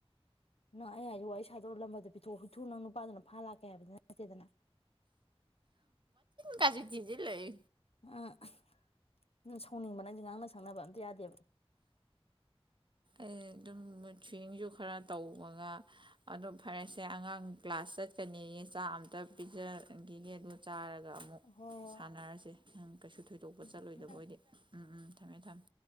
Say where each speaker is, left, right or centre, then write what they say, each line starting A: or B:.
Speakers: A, on the left; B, on the right.
A: ꯅꯪ ꯑꯩ ꯍꯥꯏꯗꯤ ꯋꯥꯔꯤ ꯁꯥꯗꯣꯔꯂꯝꯃꯗꯤ ꯄꯤꯊꯣꯛ ꯍꯨꯊꯨ ꯅꯪ ꯅꯨꯄꯥꯗꯨꯅ ꯐꯥ ꯂꯥꯛꯀꯦ ꯍꯥꯏꯕꯗꯤ ꯅꯠꯇꯦꯗꯅ
B: ꯀꯖꯤ ꯊꯤꯖꯤ ꯂꯩ
A: ꯑ ꯎꯝ ꯁꯥꯎꯅꯤꯡꯕ ꯅꯪꯗꯤ ꯉꯥꯡꯅ ꯁꯪꯅꯕ ꯑꯝꯇ ꯌꯥꯗꯦꯕ
B: ꯑꯩ ꯑꯗꯨꯝ ꯁ꯭ꯋꯤꯡꯁꯨ ꯈꯔ ꯇꯧꯕꯒ ꯑꯣ ꯐꯔꯦꯁꯦ ꯑꯉꯥꯡ ꯀ꯭ꯂꯥꯁ ꯆꯠꯀꯅꯤꯌꯦ ꯆꯥꯛ ꯑꯝꯇ ꯄꯤꯖꯈꯤꯒꯦ ꯑꯗꯨ ꯆꯥꯔꯒ ꯑꯗꯨꯒ ꯑꯃꯨꯛ
A: ꯍꯣꯏ ꯍꯣꯏ
B: ꯁꯥꯟꯅꯔꯁꯤ ꯍꯪ ꯀꯩꯁꯨ ꯊꯣꯏ ꯑꯇꯣꯛꯄ
A: ꯎꯝ
B: ꯆꯠꯂꯣꯏꯗꯕ
A: ꯊꯝꯃꯦ ꯊꯝꯃꯦ
B: ꯑꯣꯏꯗꯤ ꯎꯝ ꯎꯝ ꯊꯝꯃꯦ ꯊꯝꯃꯦ